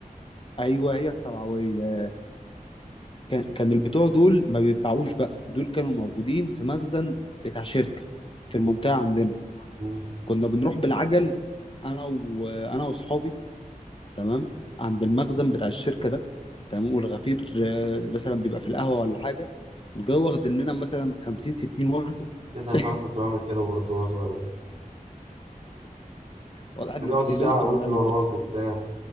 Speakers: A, on the left; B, on the right.
A: ايوه هي السبعويه كان كان البتوع دول ما بيتباعوش بقى دول كانوا موجودين في مخزن بتاع شركة في
B: مم.
A: المنطقة عندنا
B: مم.
A: كنا بنروح بالعجل انا وانا واصحابي تمام عند المخزن بتاع الشركة ده تمام والغفير آه، مثلا بيبقى في القهوة ولا حاجة جوه واخد لنا مثلا 50 60 واحدة
B: ايه ده انا
A: <laughs>
B: كمان كنت بعمل كده برضه وانا صغير
A: واضح ان
B: كان يقعد
A: كلنا
B: يزعق
A: كنا
B: ويجري
A: بنعمل
B: وراك
A: كده
B: وبتاع